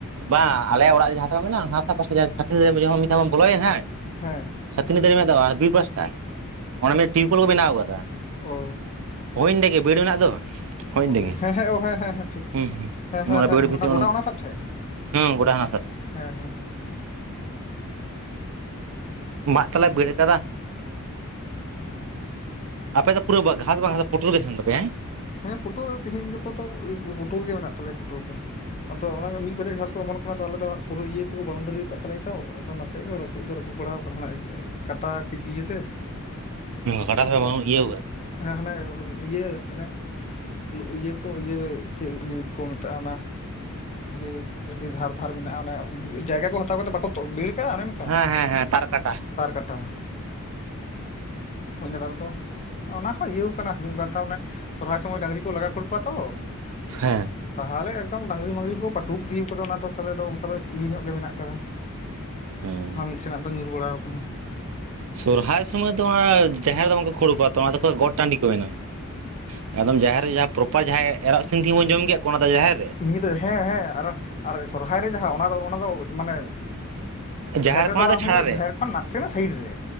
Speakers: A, on the right (about 65°); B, on the left (about 30°).
A: ᱵᱟᱝ ᱟᱞᱮᱭᱟᱜ ᱚᱲᱟᱜ ᱨᱮ ᱡᱟᱦᱟᱸ ᱥᱮᱫ ᱵᱟᱝ ᱢᱮᱱᱟᱜᱼᱟ ᱟᱥᱮ ᱯᱟᱥᱮ ᱪᱷᱟᱛᱱᱤ ᱫᱟᱨᱮ ᱵᱚᱱ ᱵᱚᱞᱚᱭᱮᱱ ᱦᱮᱸ
B: ᱦᱮᱸ
A: ᱪᱷᱟᱹᱛᱱᱤ ᱫᱟᱨᱤ ᱢᱮᱱᱟᱜ ᱛᱟᱠᱚᱣᱟ ᱵᱤᱨ ᱯᱟᱥᱴᱟ ᱚᱱᱟ ᱢᱤᱫ ᱴᱤᱭᱩᱵᱞ ᱠᱚ ᱵᱮᱱᱟᱣ ᱠᱟᱫᱟ
B: ᱚ
A: ᱦᱳᱭ ᱚᱸᱰᱮ ᱜᱮ ᱵᱤᱲ ᱨᱮᱱᱟᱜ ᱫᱚ ᱦᱳᱭ
B: ᱚ
A: ᱚᱸᱰᱮ ᱜᱮ
B: ᱦᱮᱸ ᱦᱮᱸ ᱦᱮᱸ ᱦᱮᱸ ᱦᱮᱸ ᱴᱷᱤᱠ
A: ᱦᱩᱸ ᱦᱩᱸ
B: ᱦᱮᱸ ᱦᱮᱸ ᱦᱮ
A: ᱵᱟᱹᱲ ᱵᱷᱤᱛᱤᱨ
B: ᱚᱱᱟ ᱜᱚᱰᱟ ᱚᱱᱟ ᱥᱟᱜ ᱴᱷᱮᱡ
A: ᱦᱩᱸ ᱜᱚᱰᱟ ᱦᱟᱱᱟ ᱥᱟᱜ
B: ᱦᱮᱸ ᱦᱮᱸ ᱦᱮᱸ
A: ᱢᱟᱜ ᱛᱟᱞᱮ ᱵᱮᱲ ᱟᱠᱟᱫᱟ
B: ᱚᱸ
A: ᱟᱯᱮ ᱫᱚ ᱯᱩᱨᱟᱹ ᱜᱷᱟᱥ ᱵᱟᱝ ᱯᱚᱴᱩᱨ ᱜᱮ ᱛᱟᱦᱮᱱ ᱛᱟᱯᱮᱭᱟ ᱦᱮ
B: ᱦᱮᱸ ᱯᱳᱴᱳᱨ ᱫᱚ ᱛᱮᱦᱮᱧ ᱜᱟᱯᱟ ᱫᱚ ᱯᱩᱴᱩᱨ ᱜᱮ ᱢᱮᱱᱟᱜ ᱛᱟᱞᱮᱭᱟ ᱯᱩᱴᱩᱨ ᱫᱚ ᱟᱫᱚ ᱚᱱᱟᱜᱮ ᱢᱤᱫ ᱵᱟᱨᱮ ᱜᱷᱟᱥ ᱠᱚ ᱮᱢᱚᱱ ᱠᱟᱱᱟ ᱛ ᱟᱞᱮ ᱫᱚ ᱯᱩᱨᱟᱹ ᱤᱭᱟᱹ ᱛᱮᱠᱚ ᱵᱟᱣᱩᱱᱰᱨᱤ ᱟᱠᱟᱫᱟ ᱛᱟᱦᱞᱮ ᱛᱚ ᱟᱫᱚ ᱱᱟᱥᱮᱭᱟᱜ ᱜᱮ ᱨᱟᱹᱯᱩᱫ ᱫᱚ ᱨᱟᱹᱯᱩᱫ ᱵᱟᱲᱟ ᱠᱟᱱᱟ ᱠᱟᱴᱟ ᱤᱭᱟᱹᱛᱮ
A: ᱜᱚᱴᱟ ᱥᱮᱫ ᱫᱚ ᱵᱟᱝ ᱤᱭᱟᱹ
B: ᱦᱮᱸ ᱦᱟᱱᱮ ᱤᱭᱟᱹ ᱤᱭᱟᱹ ᱠᱚ ᱤᱭᱟᱹ ᱫᱚ ᱪᱮᱫ ᱤᱭᱟᱹ ᱠᱚ ᱢᱮᱛᱟᱜᱼᱟ ᱚᱱᱟ ᱡᱮ ᱟᱹᱰᱤ ᱫᱷᱟᱨ ᱫᱷᱟᱨ ᱢᱮᱱᱟᱜᱼᱟ ᱚᱱᱮ ᱡᱟᱭᱜᱟ ᱠᱚ ᱦᱟᱛᱟᱣ ᱠᱟᱛᱮ ᱵᱟᱠᱚ ᱵᱮᱲ ᱠᱟᱜᱼᱟ ᱚᱱᱠᱟ
A: ᱦᱮᱸ ᱦᱮᱸ ᱦᱮᱸ ᱛᱟᱨ ᱠᱟᱴᱟ
B: ᱛᱟᱨ ᱠᱟᱴᱟ <unintelligible> ᱛᱚ ᱚᱱᱟ ᱦᱚᱸ ᱤᱭᱟᱹᱣ ᱠᱟᱱᱟ ᱢᱤᱫ ᱵᱟᱨ ᱫᱷᱟᱣ ᱚᱱᱮ ᱥᱚᱨᱦᱟᱭ ᱥᱚᱢᱚᱭ ᱰᱟᱝᱨᱤ ᱠᱚ ᱞᱟᱜᱟ ᱠᱷᱟᱹᱲ ᱠᱚᱣᱟ ᱛᱚ
A: ᱦᱮᱸ
B: ᱛᱟᱦᱚᱞᱮ ᱮᱠᱫᱚᱢ ᱰᱟᱝᱨᱤ ᱢᱟᱝᱨᱤ ᱠᱚ ᱯᱟᱹᱴᱩᱵ ᱤᱫᱤ ᱠᱟᱫᱟ, ᱚᱱᱟ ᱫᱚ ᱛᱟᱦᱚᱞᱮ ᱫᱚ ᱚᱱᱠᱟ ᱫᱚ ᱤᱭᱟᱹ ᱧᱚᱜ ᱜᱮ ᱢᱮᱱᱟᱜ ᱠᱟᱫᱟ
A: ᱦᱮᱸ
B: ᱟᱨ ᱢᱤᱫ ᱥᱮᱱᱟᱜ ᱫᱚ ᱧᱩᱨ ᱵᱟᱲᱟᱣ ᱠᱟᱱᱟ
A: ᱥᱚᱦᱨᱟᱭ ᱥᱚᱢᱚᱭ ᱫᱚ ᱚᱱᱟ ᱡᱟᱦᱮᱨ ᱫᱚ ᱵᱟᱝᱠᱚ ᱠᱷᱳᱲ ᱠᱚᱣᱟ ᱛᱚ ᱚᱱᱟ ᱫᱚᱠᱚ ᱜᱚᱴ ᱴᱟᱺᱰᱤ ᱠᱚ ᱵᱮᱱᱟᱣᱟ ᱮᱠᱫᱚᱢ ᱡᱟᱦᱮᱨ ᱨᱮ ᱡᱟᱦᱟᱸ ᱯᱨᱚᱯᱟᱨ ᱡᱟᱦᱟᱸᱭ ᱮᱨᱚᱜ ᱥᱤᱢ ᱛᱤᱦᱤᱧ ᱵᱚᱱ ᱡᱚᱢ ᱠᱮᱫ ᱠᱚ ᱚᱱᱟ ᱫᱚ ᱡᱟᱦᱮᱨ ᱨᱮ
B: ᱱᱤᱭᱟᱹ ᱫᱚ ᱦᱮᱸ ᱦᱮᱸ ᱟᱨ ᱥᱚᱨᱦᱟᱭ ᱨᱮ ᱡᱟᱦᱟᱸ ᱚᱱᱟ ᱫᱚ ᱚᱱᱟ ᱫᱚ ᱢᱟᱱᱮ
A: ᱡᱟᱦᱮᱨ
B: ᱨᱮᱫᱚ
A: ᱠᱷᱚᱱᱟᱜ
B: ᱵᱟᱝ
A: ᱫᱚ ᱪᱷᱟᱲᱟ
B: ᱦᱩᱭᱩᱜᱼᱟ
A: ᱨᱮ,
B: ᱡᱟᱦᱮᱨ ᱠᱷᱚᱱ ᱱᱟᱥᱮᱱᱟᱜ ᱥᱟᱭᱤᱰ ᱨᱮ